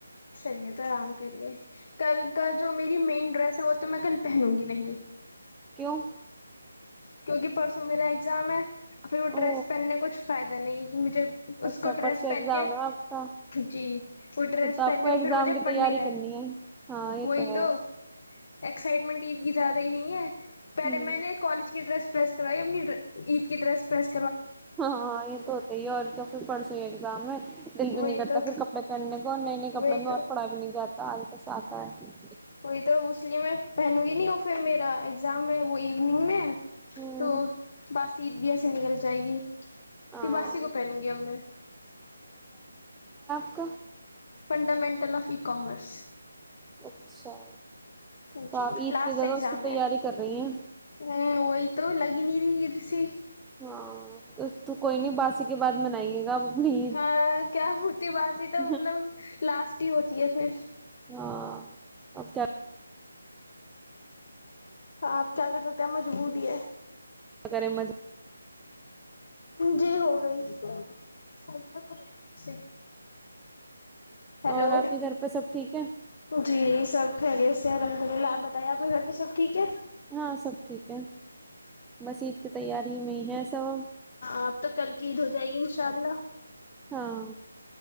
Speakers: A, on the left; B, in the centre.
A: صحیح ہے تو آرام کریے کل کا جو میری مین ڈریس ہے وہ تو میں کل پہنوں گی نہیں
B: کیوں
A: کیونکہ پرسوں میرا ایگزام ہے پھر وہ ڈریس
B: او
A: پہننے کچھ فائدہ نہیں مجھے اس
B: اچھا
A: کو ڈریس
B: پرسوں
A: پہن
B: ایگزام
A: کے
B: ہے آپ کا
A: جی وہ ڈریس
B: پھر تو آپ
A: پہن
B: کو
A: کے
B: ایگزام
A: پھر مجھے
B: کی
A: پڑ
B: تیاری
A: نہیں رہے
B: کرنی ہے ہاں یہ
A: وہی تو
B: ہے
A: ایکسائٹمنٹید کی زیادہ ہی نہیں ہے پہلے
B: ہوں
A: میں نے الج کی ڈریس پرریس کرائی اپنی عید کی ڈریس پرریس
B: ہاں ہاں یہ تو ہوتا ہی ہے اور کیا پھر پڑسو دام ہے دل بھی
A: وہی
B: نہیں کرتا
A: تو
B: پھر کپڑے پہننے کو اور نئے نئے
A: وہی
B: کپڑوں میں
A: تو
B: اور پڑا بھی نہیں جاتا سال کا سا کاا ہے
A: وہئی تو اس لیے میں پہنوں گی نہیں وہ پھر میرا ایگزام میں وہ ایوننگ میں
B: ہوں
A: تو بس سیت بھی ای سےے نکل جائے گی
B: ہاں
A: ت باسی کو پہنوں گی اب میں
B: سک
A: فنڈامنٹل آف ای کامرس
B: اچھا تو
A: جی
B: آپ عید
A: لاسٹ
B: کی جگہ
A: اگزام
B: اس کی تیاری
A: ہے
B: کر رہی ہیں
A: ہ وہی تو لگے نہیں رہ تسی
B: ہاں تو کوئی نہیں باسی کے بعد منائیے گا اپنی
A: ہاں کیا ہوتی باتی تھا
B: عید
A: مطلب لاسٹ چھٹی ہوتی ہے پھر
B: ہاں اب کیا
A: تو آپ کیا کر سکتے ہیں آ مجبوور ہے
B: کیا کریں مزے
A: جی ہو گئی <unintelligible> ہیلو
B: اور آپ کے گھر پہ سب ٹھیک ہے
A: جی سب خری سیحمد للہ آپ بائیے آپ کے گھر پہب ٹھیک ہے
B: ہاں سب ٹھیک ہے بس عید کی تیاری میں ہے سب
A: آپ تو کل کی عید ہو جائے گی انشاء اللہ
B: ہاں